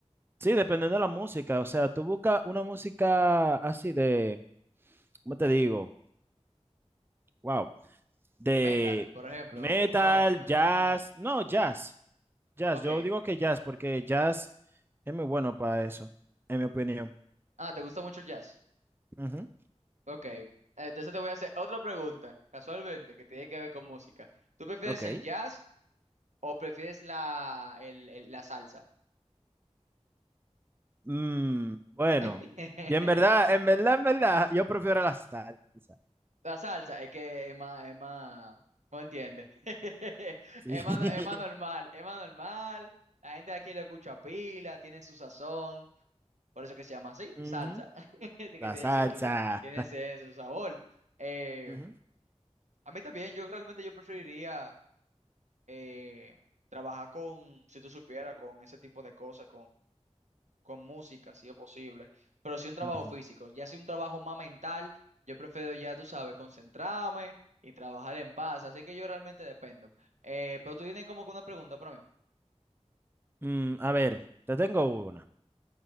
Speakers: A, on the right; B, on the right.
A: sí, dependiendo de la música. O sea, tú buscas una música así de, ¿cómo te digo? Wow, de
B: Metal, por ejemplo,
A: metal,
B: rock. <laughs>
A: jazz. No, jazz, jazz.
B: Ok.
A: Yo digo que jazz porque jazz es muy bueno para eso, en mi opinión.
B: Ah, ¿te gusta mucho el jazz?
A: Ujú.
B: Ok. Entonces te voy a hacer otra pregunta, casualmente, que tiene que ver con música. ¿Tú prefieres
A: Ok.
B: el jazz o prefieres la, el- el- la salsa?
A: Mm, bueno,
B: <laughs>
A: y en verdad, en verdad, en verdad, yo prefiero la salsa.
B: La salsa, es que es más, es más, no entiende. <laughs>
A: Sí.
B: Es
A: <laughs>
B: más, no- es más normal, es más normal. La gente de aquí lo escucha pila, tiene su sazón. Por eso que se llama así,
A: Ujú.
B: salsa. <laughs> Que tiene
A: La salsa.
B: su, tiene ese, su sabor. Eh,
A: Ujú,
B: a mí también, yo realmente yo preferiría eh, trabajar con, si tú supieras, con ese tipo de cosas, con música, si es posible, pero sí un trabajo
A: ujú.
B: físico, ya si un trabajo más mental, yo prefiero ya, tú sabes, concentrarme y trabajar en paz, así que yo realmente dependo. Eh, pero tú tienes como que una pregunta para mí.
A: Mm, a ver, te tengo una.